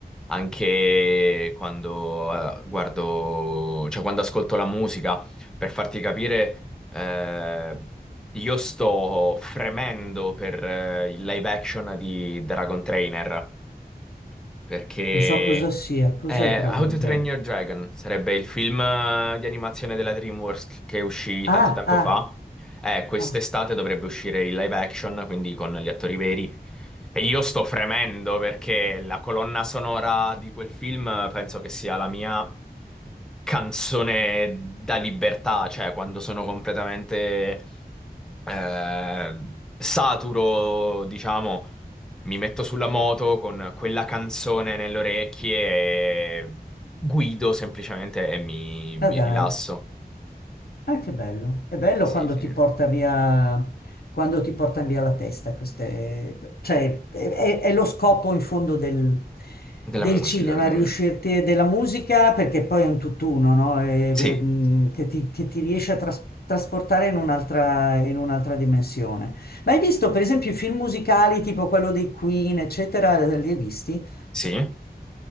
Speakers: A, in the centre; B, on the left (about 70°).
A: anche quando eh, guardo, cioè quando ascolto la musica, per farti capire, eh, io sto fremendo per eh, il live action di Dragon Trainer perché
B: Non so cosa sia, cos'è
A: è
B: Dragon
A: How to Train
B: Train?
A: Your Dragon, sarebbe il film eh, di animazione della DreamWorks che uscì
B: Ah,
A: tanto tempo
B: ah,
A: fa. Eh, quest'estate
B: ah,
A: dovrebbe uscire il live action, quindi con gli attori veri. E io sto fremendo perché la colonna sonora di quel film eh, penso che sia la mia canzone da libertà, cioè quando sono completamente eh, saturo, diciamo, mi metto sulla moto con quella canzone nelle orecchie e guido semplicemente e mi, mi
B: ah dai.
A: rilasso.
B: Ah, che bello. È bello
A: Sì,
B: quando
A: sì.
B: ti porta via, quando ti portano via la testa. Queste, cioè, è, è- è lo scopo in fondo del,
A: Della
B: del
A: musica,
B: cinema,
A: sì.
B: riuscirti, della musica, perché poi è un tutt'uno, no? E,
A: Sì,
B: beh, mh, che ti, che ti riesce a tras- trasportare in un'altra in un'altra dimensione. Ma hai visto, per esempio, i film musicali tipo quello dei Queen, eccetera, li hai visti?
A: sì.